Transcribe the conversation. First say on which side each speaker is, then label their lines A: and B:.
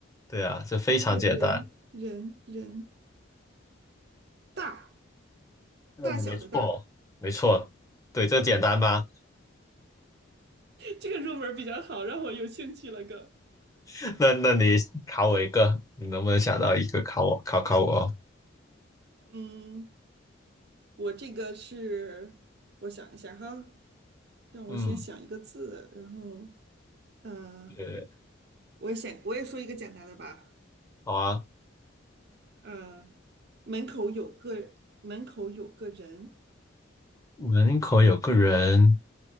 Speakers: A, on the left; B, on the right.
A: 对啊，这非常简单，
B: 一个人人人大
A: 对，
B: 大小的大，
A: 没错没错，对，这简单吧？
B: <laughs> 这个入门儿比较好，让我有兴趣了更。
A: <laughs> 那那你考我一个，你能不能想到一个考我考考我？
B: 嗯，我这个是，我想一下哈，让我先想一个字，
A: 嗯，
B: 然后，嗯、
A: 对，
B: 呃我也想，我也说一个简单的吧。
A: 好啊。
B: 呃，门口有个门口有个人，
A: 门口有个人，